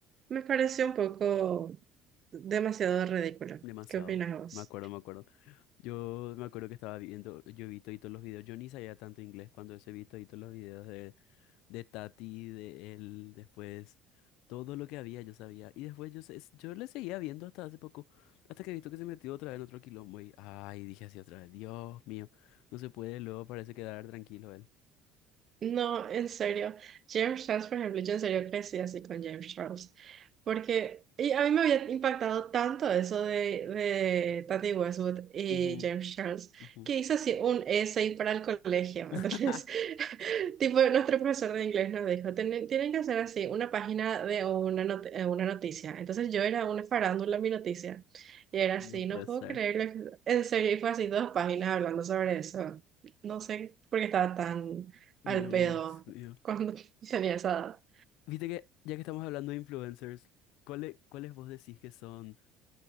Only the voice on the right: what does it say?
Me pareció un poco demasiado ridículo.
¿Qué opinas vos?
No, en serio. James Charles, por ejemplo, yo en serio crecí así con James Charles. Porque y a mí me había impactado tanto eso de, de Tati Westwood y
James Charles,
que hice así un essay para el colegio.
Entonces, <laughs> tipo, nuestro profesor de inglés nos dijo, "Tienen tienen que hacer así una página de una, not- eh, una noticia. Entonces yo era una farándula en mi noticia. Y era así,
no puedo
creerlo. En serio, y fue así dos páginas hablando sobre eso. No sé por qué estaba tan
al pedo
cuando <laughs> tenía esa edad.